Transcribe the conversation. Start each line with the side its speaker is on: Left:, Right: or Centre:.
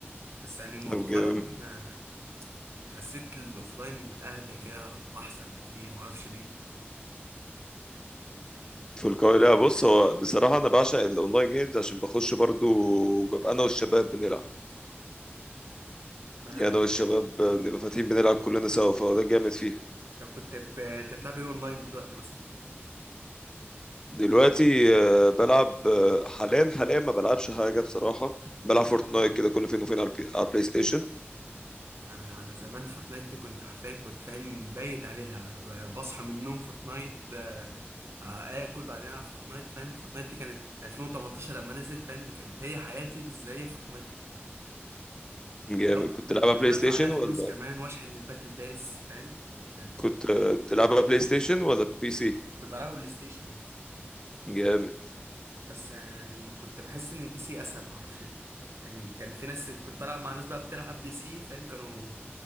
Right: بس يعني مؤخرا
Left: طب جيم
Right: آه، حسيت الاوفلاين اهدى كده واحسن بكتير معرفش ليه
Left: في القاهرة بص هو بصراحة أنا بعشق الأونلاين جيمز عشان بخش برضو ببقى أنا والشباب بنلعب
Right: ما
Left: يعني أنا والشباب بنبقى فاتحين بنلعب كلنا سوا فهو ده الجامد فيه
Right: لو كنت بتلعب ايه اونلاين دلوقتي مثلا
Left: دلوقتي آه، بلعب آه، حاليا حاليا ما بلعبش حاجة بصراحة بلعب فورتنايت كده كل فين وفين على البي- على البلاي ستيشن
Right: انا انا زمان فورتنايت دي كنت حرفيا كنت فاهم بايت عليها بصحى من النوم فورتنايت آه، آه، اكل بعدين العب فورتنايت فاهم فورتنايت دي كانت 2018 لما نزلت فاهم كانت هي حياتي بس هي فورتنايت دي
Left: جامد
Right: لا كنت
Left: كنت تلعبها
Right: كنت
Left: بلاي
Right: بدفع
Left: ستيشن
Right: عليها فلوس
Left: ولا
Right: كمان واشحن الباتل باس فاهم كنت
Left: كنت آه، بتلعبها بلاي ستيشن ولا بي سي
Right: كنت بلعبها بلاي ستيشن اه
Left: جامد
Right: بس يعني كنت بحس ان البي سي اسهل ما اعرفش ليه يعني كان في ناس كنت بلعب مع ناس بقى بتلعب بي سي فاهم كانوا